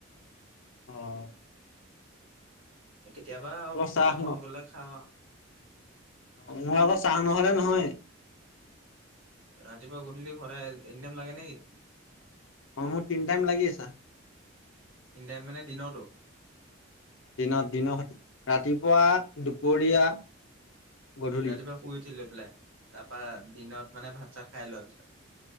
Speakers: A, on the left; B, on the right.
A: অহ
B: এ কেতিয়াবা আৰু
A: চাহ
B: মন
A: ন
B: গলে খাওঁ আৰু
A: মোৰ আকৌ চাহ নহলে নহয়
B: ৰাতিপুৱা, গধূলি সদায় এনিটাইম লাগে নেকি?
A: অ মোৰ তিন টাইম লাগি চাহ
B: তিনন্তাইম মানে দিনতো?
A: দিনত দিনৰ সতে ৰাতিপুৱাগ্ৰ দুপৰীয়া গধূলি
B: ৰাতিপুৱা শুই উঠিলে পেলাই আ দিনত মানে ভাত চাত খাই লোৱা পিছত?